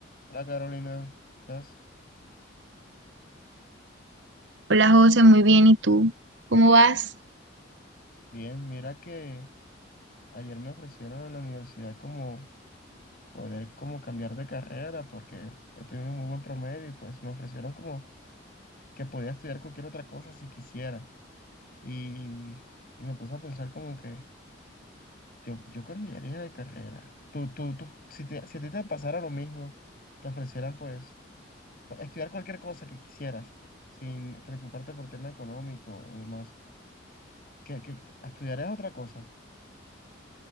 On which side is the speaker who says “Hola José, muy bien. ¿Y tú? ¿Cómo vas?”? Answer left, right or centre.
Right